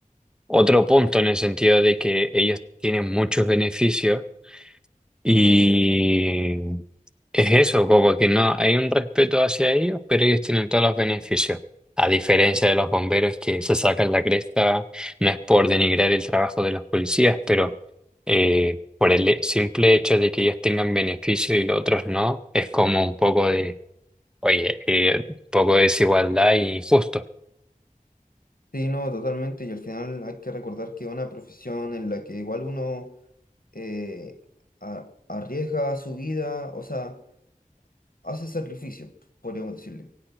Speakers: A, in the centre; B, on the left (about 85°).
A: otro punto en el sentido de que ellos tienen muchos beneficios y es eso, como que no hay un respeto hacia ellos, pero ellos tienen todos los beneficios. A diferencia de los bomberos que se sacan la cresta, no es por denigrar el trabajo de los policías, pero eh, por el e- simple hecho de que ellos tengan beneficio y los otros no, es como un poco de, oye, eh, un poco de desigualdad y injusto.
B: Sí, no, totalmente. Y al final hay que recordar que es una profesión en la que igual uno eh, a- arriesga su vida, o sea, hace sacrificio, podríamos decirle.